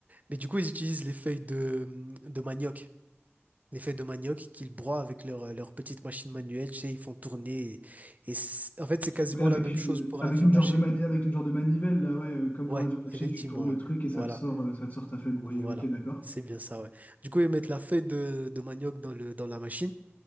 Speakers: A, on the right; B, on the left.
A: Mais du coup, ils utilisent les feuilles de, hum, de manioc. Les feuilles de manioc qu'ils broient avec leur, euh, leur petite machine manuelle, tu sais, ils font tourner. Et, et c'est- en fait, c'est quasiment
B: Oui, avec
A: la même
B: une,
A: chose pour
B: avec
A: la viande
B: une genre
A: hachée.
B: de mani- avec une genre de manivelle, là, ouais, euh, comme pour
A: Ouais,
B: la viande hachée,
A: effectivement,
B: tu tournes le
A: ouais.
B: truc et ça
A: Voilà,
B: te sort, euh, ça te sort ta fait broyer.
A: voilà.
B: Ok, d'accord.
A: C'est bien ça, ouais. Du coup, ils mettent la feuille de, de manioc dans le, dans la machine